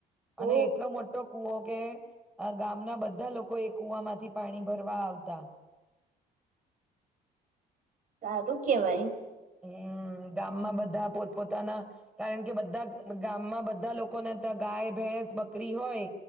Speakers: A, in the centre; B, on the right.
A: અને
B: ઓ
A: એટલો મોટો કુવો કે આ ગામના બધા લોકો એ કુવા માંથી પાણી ભરવા આવતા
B: સારું કેવાય
A: હમ્મ. ગામમાં બધા પોતપોતાના કારણ કે બધા ગામમાં બધા લોકોને ત્યાં ગાય, ભેંસ, બકરી હોય